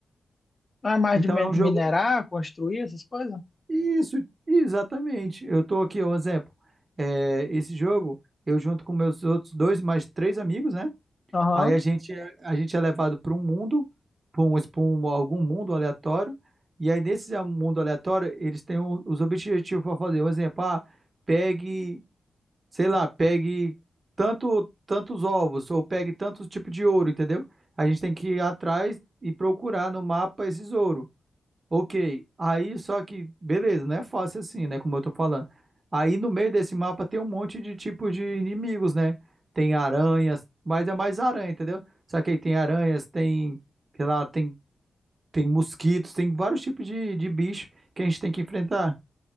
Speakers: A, on the left; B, on the right.
A: Ah, mais
B: Então
A: de mi-
B: é um jogo.
A: minerar, construir essas coisas?
B: Isso, exatamente. Eu tô aqui, um exemplo. É, esse jogo, eu junto com meus outros dois, mais três amigos, né?
A: Aham.
B: Aí a gente, é- a gente é levado para um mundo, para um, pra um- algum mundo aleatório. E aí, nesse mundo aleatório, eles têm um- os objetivos para fazer. Um exemplo, ah, pegue. sei lá, pegue tanto, tantos ovos ou pegue tantos tipos de ouro, entendeu? A gente tem que ir atrás e procurar no mapa esses ouro. Ok, aí só que, beleza, não é fácil assim, né? Como eu tô falando. Aí no meio desse mapa tem um monte de tipos de inimigos, né? Tem aranhas, mas é mais aranha, entendeu? Só que aí tem aranhas, tem, sei lá, tem, tem mosquitos, tem vários tipos de, de bicho que a gente tem que enfrentar.